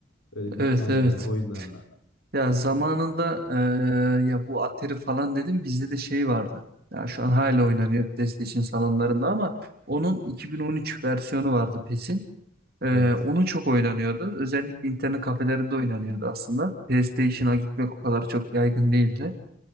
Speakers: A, on the left (about 75°); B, on the right (about 45°).
A: Öyle bir
B: evet,
A: hikayem
B: evet.
A: var ya oyunlarla.
B: Ya zamanında eee, ya bu Atari falan dedim bizde de şey vardı. Ya şu an hala oynanıyor PlayStation salonlarında ama onun 2013 versiyonu vardı PES'in. Eee
A: Evet.
B: onu çok oynanıyordu. Özellikle internet kafelerinde oynanıyordu aslında. PlayStation'a gitmek o kadar çok yaygın değildi.